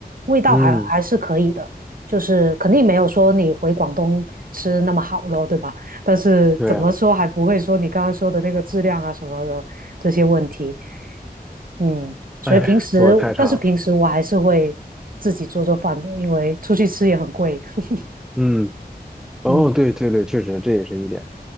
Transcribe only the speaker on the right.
味道还嗯还是可以的，
就是肯定没有说你回广东吃那么好咯，对吧？<laughs> 但是怎么说还不会说你刚刚说的那个质量啊什么的，
这些问题。嗯，所以平时，
但是平时我还是会自己做做饭的，因为出去吃也很贵。<laughs>
嗯，